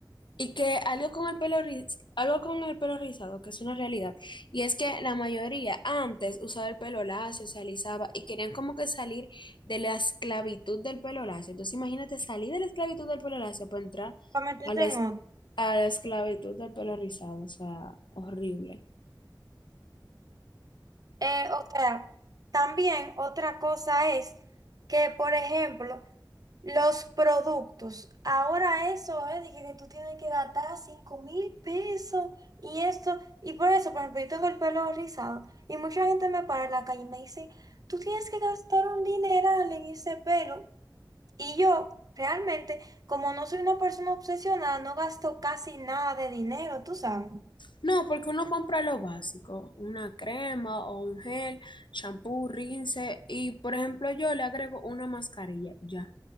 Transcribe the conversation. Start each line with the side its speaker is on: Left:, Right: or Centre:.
Left: Y que algo con el pelo riz- algo con el pelo rizado, que es una realidad, y es que la mayoría antes usaba el pelo lacio, se alisaba y querían como que salir de la esclavitud del pelo lacio. Entonces imagínate salir de la esclavitud del pelo lacio para entrar
Right: Para meterte
Left: a la, es-
Right: en otro.
Left: a la esclavitud del pelo rizado, o sea, horrible.
Right: Eh, o sea, también otra cosa es que, por ejemplo, los productos. Ahora eso es de que, que tú tienes que gastar cinco mil pesos y esto. Y por eso, por ejemplo, yo tengo el pelo rizado y mucha gente me para en la calle y me dice, tú tienes que gastar un dineral en ese pelo. Y yo, realmente, como no soy una persona obsesionada, no gasto casi nada de dinero, tú sabes.
Left: No, porque uno compra lo básico, una crema o un gel, champú, rinse, y por ejemplo yo le agrego una mascarilla, ya,